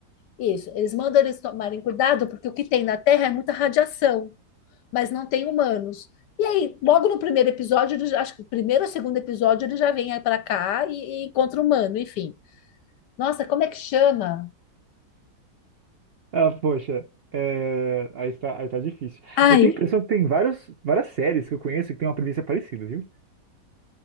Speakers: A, on the left; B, on the right.
A: Isso, eles mandam eles tomarem cuidado porque o que tem na Terra é muita radiação, mas não tem humanos. E aí, logo no primeiro episódio, ele já- acho que o primeiro ou segundo episódio, ele já vem para cá e, e encontra humano, enfim. Nossa, como é que chama?
B: Ah, poxa. é, aí está, aí tá difícil.
A: Ai,
B: Eu tenho a impressão que tem vários, várias séries que eu conheço que tem uma premissa parecida, viu?